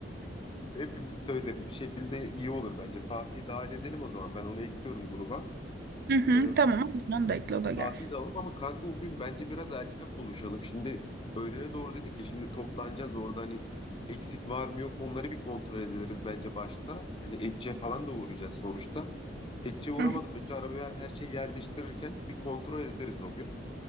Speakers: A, on the left; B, on the right.
A: <laughs> hepimiz söyleriz. Bir şekilde iyi olur bence. Fatih'i dahil edelim o zaman. Ben onu ekliyorum gruba.
B: Hı hı.
A: Ee,
B: Tamam. Onu da ekle o da gelsin.
A: Fatih'i de alalım ama kanka o gün bence biraz erken buluşalım. Şimdi öğlene doğru dedik ya şimdi toplanacağız orada hani eksik var mı yok mu onları bir kontrol ederiz bence başta. Hani Etçe falan da uğrayacağız sonuçta. Etçe uğramadan
B: Hı hı.
A: önce arabaya her şeyi yerleştirirken bir kontrol ederiz o gün.